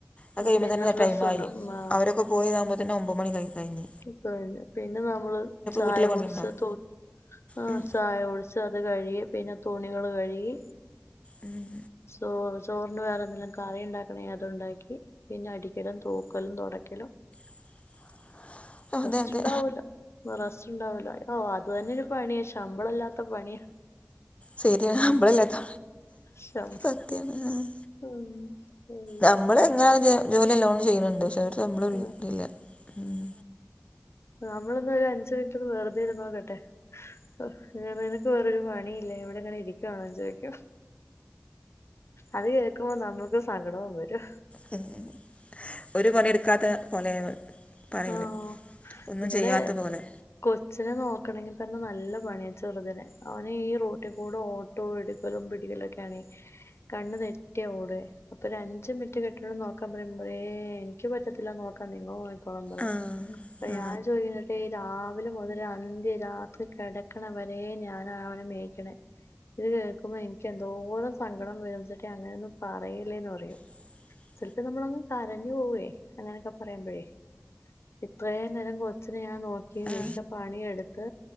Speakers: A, on the left; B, on the left.
A: അത് കയുമ്പോതന്നെ
B: പിന്നെ ഡ്രസ്സുണ്ടാവും
A: ടൈമായി
B: ആ
A: അവരെക്കെ കു പോയിതാകുബോതിന് ഓമ്പ മണി കൈ കൈഞ്.
B: <unintelligible> പിന്നെ നമ്മള് ചായ
A: വീട്ടിലെ പണിയുണ്ടാവും
B: കുട്ച്ച് തോ ആഹ്
A: ഉം
B: ചായകുട് ചത് കഴുകി പിന്നെ തുണികൾ കഴുകി.
A: ഉം.
B: ചോ ചോറ്ന് വേറെന്തെങ്കിലും കറി ണ്ടാക്കണെ അതുണ്ടാക്കി. പിന്നെ അടിക്കലും തൂക്കലും തൊടക്കലും.
A: <inaudible> അതെ
B: റസ്റ്റ്
A: അതെ
B: ണ്ടാവൂല റസ്റ്റ്ണ്ടാവൂല. ഓഹ് അത് തന്നൊരു പണ്യാ ശമ്പളല്ലാത്ത പണ്യ.
A: സെര്യാ സമ്പളല്ലാത്ത
B: ശം
A: സത്യാണ് ആഹ്
B: ഉം അയ്യോ
A: നമ്മളെങ്ങനാണെങ്കിലു ജോല്യല്ലോണം ചെയ്യ്ണ് ണ്ട് ഷെ രു ശമ്പളും
B: ആഹ്
A: തില്ല ഉം.
B: നമ്മളൊന്നൊരു അഞ്ച് മിൻറ്റ് ഒന്ന് വെറുതെ ഇരുന്നോക്കട്ടെ. <unintelligible> നിനക്ക് വേറൊരു പണില്ലേഇവടെ. ഇങ്ങനെ ഇരിക്കണോന്ന് ചോദിക്കും അത് കേൾക്കുമ്പോ നമുക്ക് സങ്കടവും വരും
A: മഹ് ഒരു
B: ഉം
A: പണിയെടുക്കാത്ത പോലെയാണ് പറയല്
B: ആഹ്
A: ഒന്നുംചെയ്യാത്തപോലെ
B: ഇവിടെ കൊച്ചിനെ നോക്കാണെങ്കിതന്നെ നല്ലപണിയാ ചെറ്തിനെ അവന് ഈ റോട്ടി കൂടെഓ ട്ടോ എടുക്കലും പിടിക്കലൊക്കെയാണേ കണ്ണ് തെറ്റിയാ ഓടെ അപ്പൊരഞ്ചു മിനിറ്റ് കെട്ടിയോനോട് നോക്കാൻ പറയുമ്പോ ഏ എനിക്ക് പറ്റത്തില്ല നോക്കാൻ നിങ്ങള് നോ ക്കോളാം പറയും
A: ആ
B: അപ്പ
A: ആ
B: ഞാൻ ചോയി എ രാവിലെ മുതൽ അന്ത്യ രാത്രി കിടക്കണവരെ ഞാനാ അവനെ മേക്കണേ. ഇത് കേൾക്കുമ്പോ എനിക്ക് എന്തോരം സങ്കടം വിരുംച്ചിട്ടെ അങ്ങനെയൊന്നും പറയല്ലേന്ന് പറയും
A: <inaudible>
B: ചെലപ്പം നമ്മളങ്ങ് കരഞ്ഞു പോവേ അങ്ങനെയൊക്കെ പറയുമ്പോഴേ ഇത്രയുംനേരം കൊച്ചിനെഞാൻ നോക്കി
A: ആ
B: വീട്ടിലെപണിയെടു ത്ത്